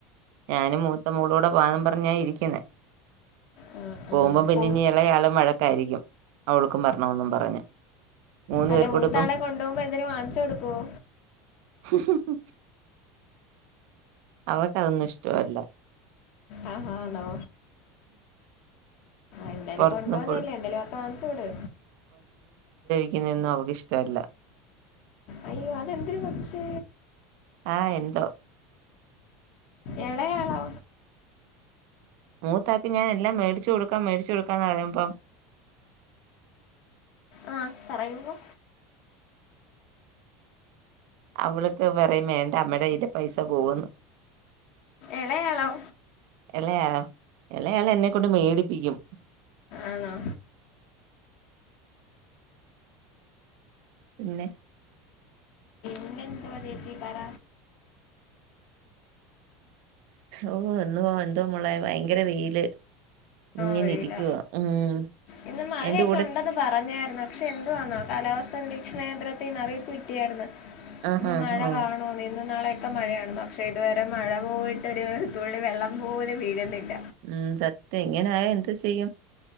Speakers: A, on the right (about 65°); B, on the left (about 55°).
A: ഞാനും മൂത്ത മോളൂടെ പോനും പറഞ്ഞാഇരിക്കുന്നെ
B: ആ ആ
A: പോമ്പം പിന്നിനീ
B: പോ
A: ളും വഴക്കായിരിക്കും അവൾക്കും വരണോന്നും പറഞ്ഞ് മൂന്ന്
B: അല്ല
A: പേർക്കൂടെ
B: മൂത്താളെ
A: ഇപ്പം
B: കൊണ്ടോമ്പോ എന്തിലും വാങ്ങിച്ച് കൊടുക്കുവോ
A: <unintelligible> അവക്ക് അതൊന്നും ഇഷ്ടല്ല
B: ആഹ ആണോ എന്താലും
A: പുറത്തുന്ന്
B: കൊണ്ടോന്നല്ലേ
A: ഫുഡ്
B: എന്തേലുവൊക്കെ വാങ്ങിച്ചുകൊട്
A: ന്ന ഒന്നും അവക്ക് ഇഷ്ടല്ല
B: അയ്യോ അതെന്തിര് കൊച്ച്
A: ആ എന്തോ
B: ഇളയാളോ
A: മൂത്താക്കി ഞാൻ എല്ലാം മേടിച്ചു കൊടുക്കാം മേടിച്ചു കൊടുക്കാന്ന് പറയുമ്പം
B: ആ പറയുമ്പോ
A: അവൾക്ക് പറയും വേണ്ട അമ്മടെ കൈലെ പൈസ പോവുന്ന്
B: ഇളയാളോ
A: എളയാളോ എളയാള് എന്നെ കൊണ്ട് മേടിപ്പിക്കും.
B: ആണോ
A: പിന്നെ
B: പിന്നെ എന്തുവാ ചേച്ചി പറ.
A: ഓ എന്നുവാ എന്തുവാ മോളെ ഭയങ്കര വെയില് ഇങ്ങനെ
B: വെയില
A: ഇരിക്കുവാ ഉം
B: ഇന്ന് മഴയൊക്കെ
A: അതിന്റെ കൂടെ
B: ഉണ്ടെന്ന് പറഞ്ഞായിരുന്നു പക്ഷെ ന്തുവാനാ കാലാവസ്ഥ സംരക്ഷണ കേന്ദ്രത്തിൽനിന്ന് അറീപ്പ് കിട്ടിയായിരുന്നു.
A: ആഹാ
B: ഇന്ന് മഴ
A: ആ
B: കാണോ നീ നാളെയൊക്കെ മഴയണ പക്ഷേ ഇതുവരെ മഴ പോയിട്ടൊ ഒരു തുള്ളി വെള്ളം പോലും വീഴുന്നില്ല.
A: ഉം സത്യം ഇങ്ങനൊയ എന്താ ചെയ്യും